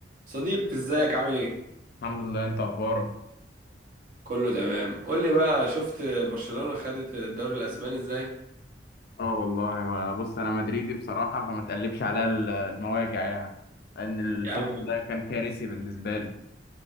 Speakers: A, on the right; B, on the left.
A: صديق ازيك عامل ايه؟
B: الحمد لله انت اخبارك
A: كله تمام قول لي بقى شفت برشلونة خدت الدوري الاسباني ازاي؟
B: اه والله ما- بص انا مدريدي بصراحه فما تقلبش عليا ال- المواجع يعني لان السيزون
A: يا عم
B: ده كان كارثي بالنسبه لي